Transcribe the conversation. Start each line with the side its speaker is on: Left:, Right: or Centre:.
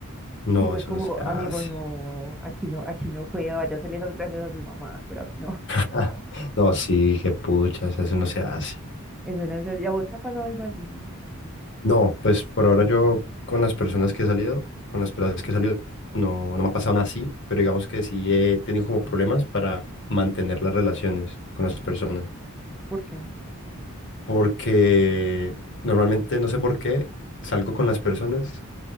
Left: no,
Centre: Y fue
Left: eso
Centre: como,
Left: no se hace.
Centre: amigo, no, a Chino a Chino fue, vaya a hacerle esas gracias a su mamá, pero a mí no, <laughs> por
Left: Ah,
Centre: favor.
Left: no, sí, qué puchas, eso no se hace.
Centre: Eso no es, ¿y a vos te ha pasado algo así?
Left: No, pues por ahora yo con las personas que he salido, con las personas que he salido, no, no me ha pasado nada así, pero digamos que sí he tenido como problemas para mantener las relaciones con las personas.
Centre: ¿Por qué?
Left: Porque normalmente, no sé por qué, salgo con las personas